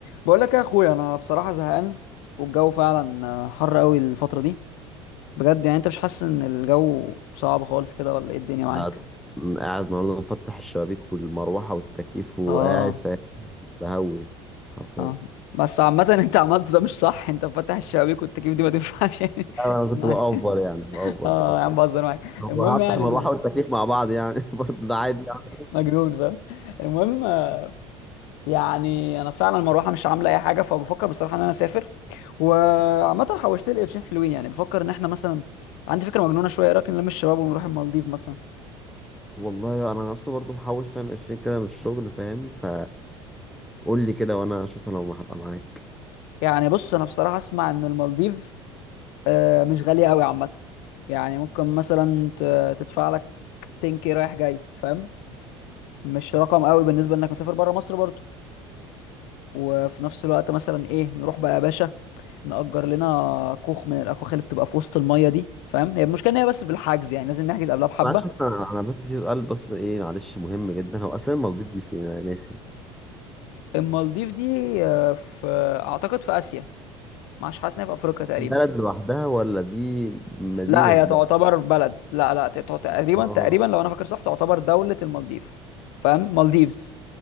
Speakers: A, on the left (about 65°); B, in the centre.
A: بقول لك يا اخويا انا بصراحه زهقان والجو فعلا حر قوي الفتره دي بجد يعني انت مش حاسس ان الجو صعب خالص كده ولا ايه الدنيا معاك
B: قاعد قاعد النهارده مفتح الشبابيك والمروحه والتكييف وقاعد
A: اه
B: فاهم بهوي حرفيا
A: اه بس عامه <laughs> انت عملته ده مش صح انت مفتح الشبابيك والتكييف دي ما تنفعش يعني
B: لا، انا
A: <laughs> اسمعني
B: كنت بأفور يعني بأفور
A: اه
B: بأفور
A: يا عم بهزر معاك
B: طب
A: المهم
B: هفتح
A: يعني
B: المروحه
A: انه
B: والتكييف مع بعض يعني <laughs> برضه ده عادي يعني.
A: مجنون فاهم المهم آه، يعني انا فعلا المروحه مش عامله اي حاجه فبفكر بصراحه ان انا اسافر وعامه حوشت لي قرشين حلوين يعني بفكر ان احنا مثلا عندي فكره مجنونه شويه إيه رايك نلم الشباب ونروح المالديف مثلا
B: والله انا اصلا برضه محوش فاهم 20 كده من الشغل فاهم ف قول لي كده وانا اشوف انا هبقى معاك
A: يعني بص انا بصراحه اسمع ان المالديف آه، مش غاليه قوي عامه يعني ممكن مثلا ت- تدفع لك 10K رايح جاي فاهم مش رقم قوي بالنسبه انك مسافر بره مصر برضه وفي نفس الوقت مثلا ايه نروح بقى يا باشا نأجر لنا كوخ من الاكواخ اللي بتبقى في وسط الميه دي فاهم هي المشكله ان هي بس بالحجز يعني لازم نحجز قبلها بحبه
B: معلش بس انا أنا بس في سؤال بس ايه معلش مهم جدا هو اساسا المالديف دي فين انا ناسي
A: المالديف دي آه، في آه، اعتقد في اسيا مش حاسس ان هي في افريقيا تقريبا
B: بلد لوحدها ولا دي مدينه
A: لا هي
B: في
A: تعتبر
B: بلد
A: بلد لا لا ت- ت- تقريبا
B: اه
A: تقريبا لو انا فاكر صح تعتبر دولة المالديف فاهم مالديفز